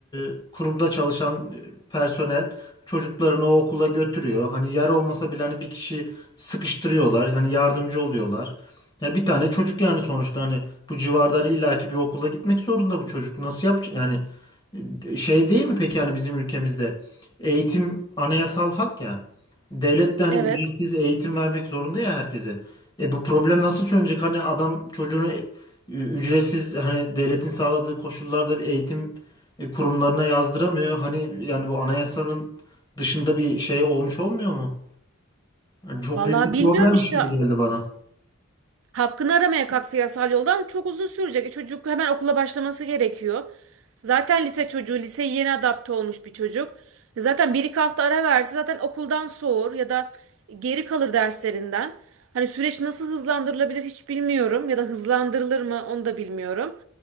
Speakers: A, on the left; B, on the right.
A: e, kurumda çalışan e, personel çocuklarını o okula götürüyor. Hani yer olmasa bile hani bir kişi sıkıştırıyorlar. Hani yardımcı oluyorlar. Yani bir tane çocuk yani sonuçta hani bu civardan illaki bir okula gitmek zorunda bu çocuk. Nasıl yapacak? Yani e, şey değil mi peki hani bizim ülkemizde eğitim anayasal hak ya. Devlet de hani
B: Evet.
A: ücretsiz eğitim vermek zorunda ya herkese. E bu problem nasıl çözülecek? Hani adam çocuğunu e, ücretsiz hani devletin sağladığı koşullarda bir eğitim e, kurumlarına yazdıramıyor. Hani yani bu anayasanın dışında bir şey olmuş olmuyor mu? Yani çok
B: Valla
A: büyük bir
B: bilmiyorum
A: problemmiş
B: işte
A: gibi geldi bana.
B: Hakkını aramaya kalksa yasal yoldan çok uzun sürecek. E, Çocuk hemen okula başlaması gerekiyor. Zaten lise çocuğu, liseye yeni adapte olmuş bir çocuk. E, Zaten bir iki hafta ara verse zaten okuldan soğur ya da geri kalır derslerinden. Hani süreç nasıl hızlandırılabilir hiç bilmiyorum ya da hızlandırılır mı onu da bilmiyorum.